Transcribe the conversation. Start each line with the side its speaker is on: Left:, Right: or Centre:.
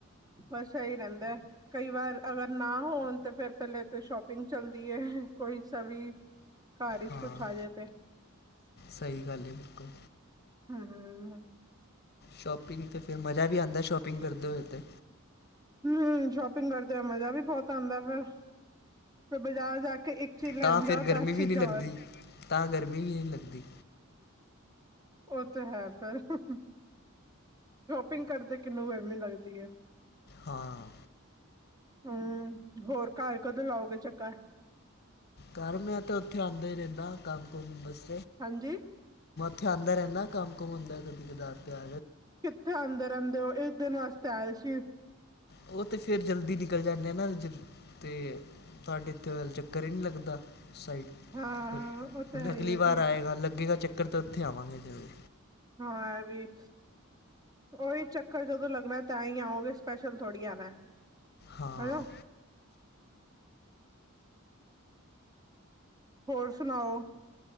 Right: ਬਸ ਇਹੀ ਰਹਿੰਦਾ ਕਈ ਵਾਰ ਅਗਰ ਨਾ ਹੋਣ, ਤੇ ਫੇਰ ਪਹਿਲੇ ਤੇ ਸ਼ੋਪਿੰਗ ਚੱਲਦੀ ਹੈ। ਕੋਈ ਸਵੀ ਘਰ ਵਿੱਚ
Left: ਹਾਂ
Right: ਕੁਛ ਆ ਜੇ ਤੇ।
Left: ਸਹੀ ਗੱਲ ਹੈ ਬਿਲਕੁਲ
Right: ਹਮ ਹਮ।
Left: ਸ਼ੋਪਿੰਗ ਤੇ ਫਿਰ ਮਜ਼ਾ ਵੀ ਆਉਂਦਾ, ਸ਼ੋਪਿੰਗ ਕਰਦੇ ਹੋਏ ਤੇ।
Right: ਹਮ ਸ਼ੋਪਿੰਗ ਕਰਦੇ ਹੋਏ ਮਜ਼ਾ ਵੀ ਬਹੁਤ ਆਉਂਦਾ ਪਰ ਫਿਰ ਬਾਜ਼ਾਰ ਜਾ ਕੇ ਇੱਕ ਚੀਜ਼ ਲੈਣ
Left: ਤਾਂ
Right: ਜਾਓ
Left: ਫਿਰ ਗਰਮੀ
Right: ਦਸ
Left: ਵੀ
Right: ਚੀਜ਼ਾਂ
Left: ਨਹੀਂ ਲੱਗਦੀ,
Right: ਹੋਰ
Left: ਤਾਂ ਗਰਮੀ ਵੀ ਨਹੀਂ ਲੱਗਦੀ।
Right: ਉਹ ਤੇ ਹੈ ਫ਼ਿਰ। ਹਮ। ਸ਼ੋਪਿੰਗ ਕਰਦੇ ਕਿਹਨੂੰ ਗਰਮੀ ਲੱਗਦੀ ਹੈ?
Left: ਹਾਂ।
Right: ਹਮ ਹੋਰ, ਘਰ ਕਦੋਂ ਲਾਓਗੇ ਚੱਕਰ।
Left: ਘਰ ਮੈਂ ਤਾਂ ਉੱਥੇ ਆਉਂਦਾ ਹੀ ਰਹਿੰਦਾ, ਕੰਮ ਕੁਮ ਬਸ। <inaudible>
Right: ਹਾਂਜੀ।
Left: ਆਉਂਦਾ ਰਹਿੰਦਾ ਕੰਮ ਕੁਮ ਹੁੰਦਾ ਕਦੀ ਕਦਾਈ।
Right: ਕਿੱਥੇ ਆਉਂਦੇ ਰਹਿੰਦੇ ਹੋ ਇਕ ਦਿਨ ਵਾਸਤੇ। ਚਾਲਸ਼। <inaudible>
Left: ਉਹ ਤੇ ਫੇਰ ਜਲਦੀ ਨਿਕਲ ਜਾਂਦੇ ਆ ਨਾ ਤੇ ਸਾਡੇ ਤੇ ਚੱਕਰ ਹੀ ਨਹੀਂ ਲੱਗਦਾ। ਸ਼ਾਇਦ
Right: ਹਾਂ ਉਹ ਤਾਂ ਹੈ
Left: ਅਗਲੀ
Right: ਹੀ ਹੈ
Left: ਵਾਰ
Right: ਫਿਰ
Left: ਆਏਗਾ ਲੱਗੇਗਾ ਚੱਕਰ। ਅਤੇ ਉੱਥੇ ਆਵਾਂਗੇ ਜਰੂਰ।
Right: ਹਾਂ ਇਹ ਵੀ ਓਹੀ ਚੱਕਰ ਜਦੋਂ ਲੱਗਣਾ ਤਾਂ ਹੀ ਆਉਗੇ ਸਪੈਸ਼ਲ ਥੋੜ੍ਹੀ ਆਣਾ।
Left: ਹਾਂ
Right: ਹੈਲੋ ਹੋਰ ਸੁਣਾਓ?